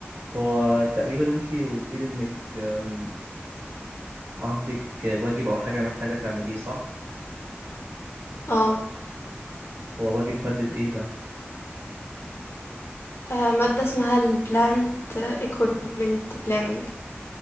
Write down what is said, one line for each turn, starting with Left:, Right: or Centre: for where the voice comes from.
Right: هو تقريبا أنت قلت لي إنك آم، عندك واجب أو حاجة محتاجة تعمليه صح؟
Left: اه
Right: هو واجب مادة إيه ده؟
Left: آه، ماده اسمها البلانت اكويبمنت بلاننج